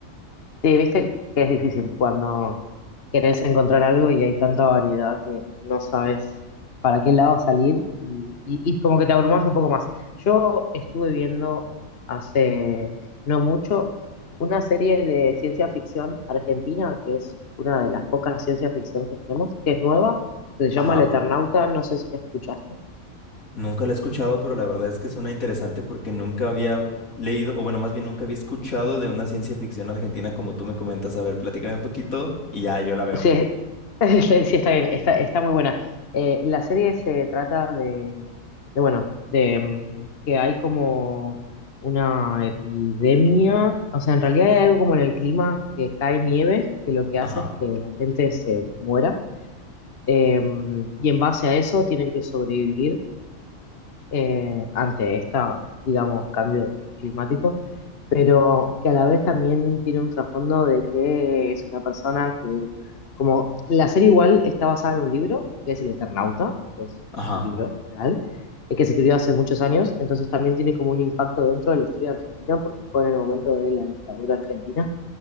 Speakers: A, on the left (about 50°); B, on the left (about 85°).
A: sí, viste que es difícil cuando querés encontrar algo y hay tanta variedad que no sabes para qué lado salir y, y- y como que te abrumás un poco más. Yo estuve viendo hace no mucho una serie de ciencia ficción argentina, que es una de las pocas ciencia ficción que tenemos, que es nueva, que se llama
B: Ajá.
A: El Eternauta, no sé si la escuchaste.
B: Nunca la he escuchado, pero la verdad es que suena interesante porque nunca había leído, o bueno, más bien nunca había escuchado de una ciencia ficción argentina como tú me comentas. A ver, platícame un poquito y ya yo la veo.
A: Sí, es- <laughs> sí, está bien, está, está muy buena. Eh, la serie se trata de, de, bueno, de mm, que hay como una epidemia, o sea, en realidad hay algo como en el clima que cae nieve, que lo que
B: Ajá,
A: hace es que la gente se muera, Eh, y en base a eso tienen que sobrevivir eh, ante esta, digamos, cambio climático, pero que a la vez también tiene un trasfondo de que es una persona que, como la serie igual está basada en un libro, que es El Eternauta, que es
B: ajá,
A: un libro real, eh, que se escribió hace muchos años, entonces también tiene como un impacto dentro de la historia argentina, porque fue en el momento de la dictadura argentina.